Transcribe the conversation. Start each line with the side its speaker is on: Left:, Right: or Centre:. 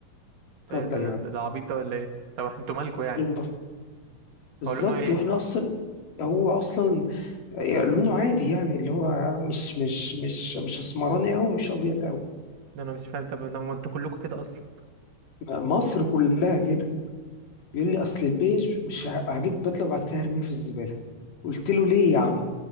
Left: اتفضل
Right: ده ده-
Left: يا عم
Right: ده- ده عبيط ده ولا ايه طب انتوا مالكوا يعني
Left: لون بشرتي بالظبط
Right: هقول لهم ايه
Left: واحنا اصلا هو اصلا آه، لونه عادي يعني اللي هو مش مش مش مش اسمراني قوي ومش ابيض قوي
Right: ده انا مش فاهم طب ما ما انتوا كلكم كده اصلا
Left: مصر كلها كده بيقول لي اصل البيج مش ه- هجيب بدله وبعد كده هرميها في الزباله قلت له ليه يا عم